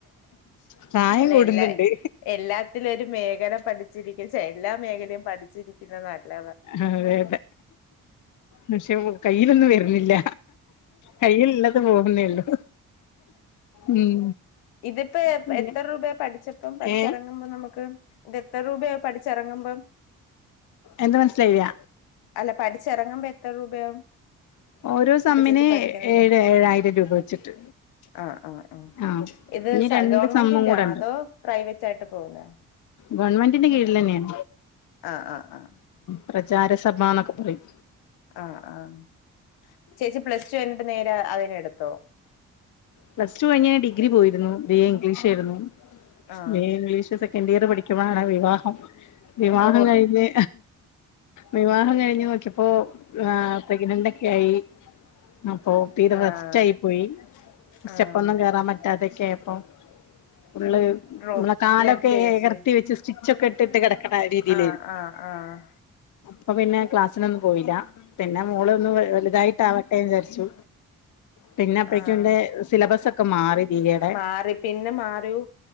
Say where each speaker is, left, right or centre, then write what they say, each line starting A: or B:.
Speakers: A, on the left; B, on the left.
A: പ്രായം
B: അല്ല
A: കൂടുന്നുണ്ട്
B: എല്ല എല്ലാത്തിലും ഒരു മേഖല പഠിച്ചിരിക്കുക ചെ എല്ലാ മേഖലയും പഠിച്ചിരിക്കുന്ന‌ നല്ല.
A: അതെ പക്ഷെ വു കയ്യിലൊന്നും വര്നില്ല. കയ്യിലുളളത് പോവുന്നേ ഉള്ളു ഉം.
B: ഇതിപ്പെ
A: പിന്നെ
B: എത്ര രൂപയാ പഠിച്ചപ്പം പഠിച്ചിറങ്ങുമ്പോ
A: ഏ
B: നമുക്ക്. ഇതെത്ര രൂപയാവു പഠിച്ചെറങ്ങുമ്പം.
A: എന്ത മനസ്സിലായില്ല.
B: അല്ല പഠിച്ചെറങ്ങുമ്പ എത്ര രൂപയാവും?
A: ഓരോ സമ്മിന്
B: ഇപ്പൊ ചേച്ചി പഠിക്കുന്നില്ലേ
A: ഏഴ് ഏഴായിരം രൂപ വെച്ചിട്ട്.
B: ആഹ് ആഹ്.
A: ആഹ്
B: ഇത്
A: ഇനി
B: സ
A: രണ്ട്
B: ഗവൺമെന്റിന്റെ
A: സമ്മും കൂടെ
B: ആണോ
A: ഉണ്ട്
B: അതോ പ്രൈവറ്റ് ആയിട്ട് പോകെ.
A: ഗവൺമെന്റിന്റെ കീഴിൽന്നെയാ.
B: ആഹ് ആഹ് ആഹ്.
A: പ്രചാര സഭന്നൊക്കെ പറയും.
B: ആഹ് ആഹ് ചേച്ചി പ്ലസ് ടു കൈഞ്ഞിട്ട് നേരെ അതിനെടുത്തോ.
A: പ്ലസ് ടു കഴിഞ് ഡിഗ്രി പോയിരുന്നു ബി എ ഇംഗ്ലീഷ് ഏര്ന്നു
B: ആഹ്
A: B A English second year പഠിക്കുമ്പഴാണ് വിവാഹം വിവാഹം
B: ഓ
A: കഴിഞ്ഞ്. വിവാഹം കഴിഞ്ഞ് നോക്ക്യപ്പോ ആ പ്രഗ്നന്റ് ഒക്കെ ആയി. അപ്പൊ തിരെ
B: ആഹ്
A: റെസ്റ്റായി
B: ഓക്കെ
A: പോയി. സ്റ്റപ്പൊന്നും
B: ആഹ്
A: കേറാൻ പറ്റാതൊക്കെയപ്പൊ ഫുള്ള്.
B: ഡ്രോപ്പ്
A: മ്മള കാലൊക്കെ
B: നിർത്തിയോ ചേച്ചി
A: എകർത്തി വെച്ച് സ്റ്റിച്ചൊക്കെ ഇട്ടിട്ട് കെടക്കണ രീതിയിലെര്ന്നു.
B: ആഹ് ആഹ് ആഹ്
A: പ്പ പിന്നെ ക്ലാസ്സിനൊന്നും പോയില്ല പിന്നെ മോളൊന്ന് വ വലുതായിട്ട് ആവട്ടെന്ന് വിചാരിച്ചു. പിന്നെ അപ്പഴേക്കും
B: ആഹ്
A: ന്റെ സിലബസൊക്കെ മാറി ബീയെ ടെ.
B: മാറി പിന്നെ മാറിയൂ